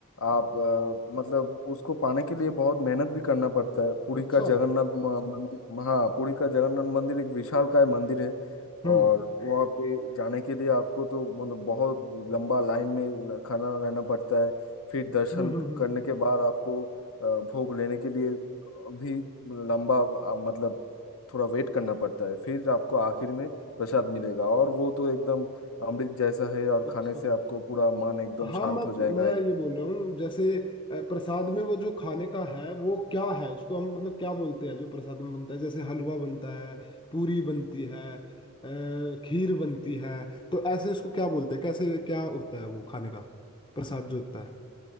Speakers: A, on the left; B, on the left.
A: आप
B: अच्छा
A: अ, मतलब उसको पाने के लिए बहुत मेहनत भी करना पड़ता है पुरी
B: अच्छा
A: का जगन्नाथ म- मंदिर हाँ पुरी का जगन्नाथ मंदिर एक विशालकाय मंदिर है
B: हम्म
A: और वहाँ पे जाने के लिए आपको तो मतलब बहुत लंबा लाइन में ल- खड़ा रहना पड़ता है फिर दर्शन
B: हम्म हम्म हम्म।
A: करने के बाद आपको अ, भोग लेने के लिए भी लंबा अ, मतलब थोड़ा वेट करना पड़ता है फिर आपको आखिर में प्रसाद मिलेगा और वो तो एकदम अमृत जैसा है और
B: अच्छा
A: खाने से आपको पूरा मन एकदम
B: हाँ
A: शांत
B: मैं
A: हो जाएगा
B: मैं
A: एक-
B: ये बोल रहा हूँ जैसे अ, प्रसाद में वो जो खाने का है वो क्या है उसको हम मतलब क्या बोलते हैं जो प्रसाद में बनता है जैसे हलवा बनता है पूरी बनती है अ, खीर बनती है तो ऐसे उसको क्या बोलते हैं कैसे क्या होता है वो खाने का प्रसाद जो होता है